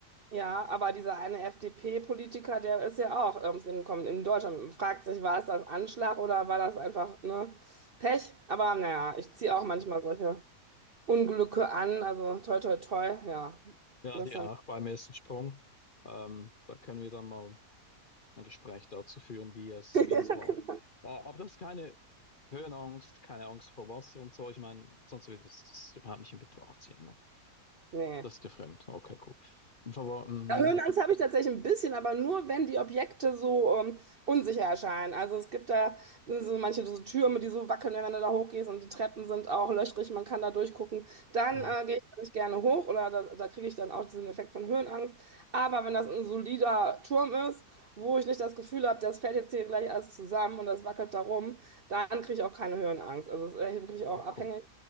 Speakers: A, on the right; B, on the left.
A: Ja, aber dieser eine FDP-Politiker, der ist ja auch ums Leben gekommen in Deutschland. Man fragt sich, war es das Anschlag oder war das einfach, ne, Pech? Aber naja, ich ziehe auch manchmal solche Unglücke an. Also toi, toi, toi, ja.
B: Ja,
A: Das
B: die
A: dann.
B: auch beim ersten Sprung. Ähm, da können wir dann mal. ein Gespräch dazu führen, wie es,
A: <laughs>
B: wie es war. Äh, aber das ist keine Höhenangst, keine Angst vor Wasser und so. Ich meine, sonst würde das, das überhaupt nicht in Betracht ziehen. Ne?
A: Nee.
B: Das ist dir fremd. Okay, cool. Und Aber, mhm,
A: Ja, Höhenangst habe ich tatsächlich ein bisschen, aber nur wenn die Objekte so ähm, unsicher erscheinen. Also es gibt da so so manche so Türme, die so wackeln, wenn du da hochgehst und die Treppen sind auch löchrig, man kann da durchgucken. Dann
B: mhm.
A: äh, gehe ich da nicht gerne hoch oder da, da kriege ich dann auch diesen Effekt von Höhenangst. Aber wenn das ein solider Turm ist, wo ich nicht das Gefühl habe, das fällt jetzt hier gleich alles zusammen und das wackelt da rum, dann kriege ich auch keine Höhenangst. Also es ist echt wirklich auch
B: Ach
A: abhängig
B: komm.